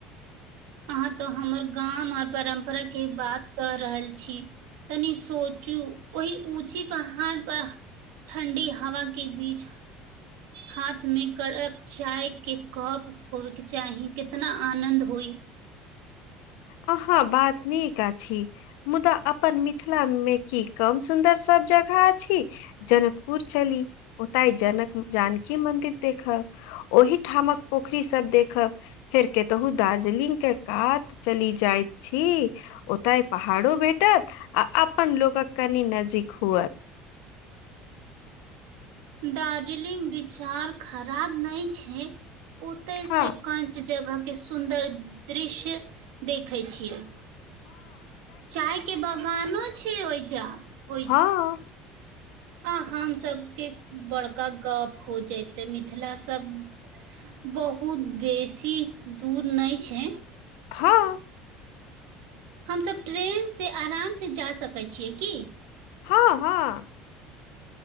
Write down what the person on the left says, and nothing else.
अहाँक बात नीक अछि मुदा अपन मिथिला मे की कम सुन्दर सभ जगह अछि जनकपुर चली ओतय जनक जानकी मन्दिर देखब ओहिठामक पोखरी सब देखब फेर केतहु दार्जिलिंग के कात चली जाइत छी ओतय पहाड़ो भेटत आ अपन लोकक कनि नजदीक हुअत
हँ
हँ
हाँ
हँ हँ